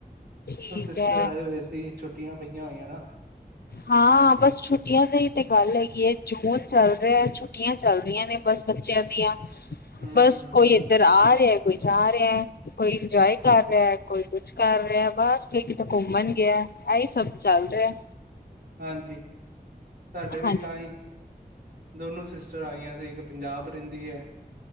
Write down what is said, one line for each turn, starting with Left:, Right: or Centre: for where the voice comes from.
Left: ਠੀਕ
Right: ਉਹ ਸਿਸਟਰ
Left: ਹੈ।
Right: ਆਏਂ ਹੋਏ ਸੀ। ਛੁੱਟੀਆਂ ਪਈਆਂ ਹੋਈਆਂ ਨਾ।
Left: ਹਾਂ ਬਸ ਛੁੱਟੀਆਂ ਤੇ ਹੀ ਤੇ ਗੱਲ਼ ਹੈਗੀ ਹੈਂ ।ਜੂਨ ਚੱਲ ਰਿਹਾਂ ਛੁੱਟੀਆਂ। ਚੱਲ ਰਹੀਆਂ ਨੇਂ ਬਸ ਬੱਚਿਆਂ ਦੀਆਂ।
Right: ਹੂੰ
Left: ਬਸ
Right: ਹੂੰ
Left: ਕੋਈ
Right: ਹੂੰ
Left: ਇੱਧਰ ਆ ਰਿਹਾਂ। ਕੋਈ ਜਾਂ ਰਿਹਾਂ। ਕੋਈ ਇੰਜੋਏ ਕਰ ਰਿਹਾਂ ।ਕੋਈ ਕੁੱਛ ਕਰ ਰਿਹਾਂ ।ਬਸ ਕੋਈ ਕਿਤੇ ਘੁੰਮਣ ਗਿਆਂ। ਇਹੀ ਸਭ ਚੱਲ ਰਿਹਾਂ।
Right: ਹਾਂਜੀ। ਸਾਡੇ ਵੀ
Left: ਹਾਂਜੀ
Right: ਤਾਂ ਹੀ ਦੋਨੋਂ ਸ਼ਿਸ- ਆਈਆਂ ਸੀ। ਇੱਕ ਪੰਜਾਬ ਰਹਿੰਦੀ ਹੈਂ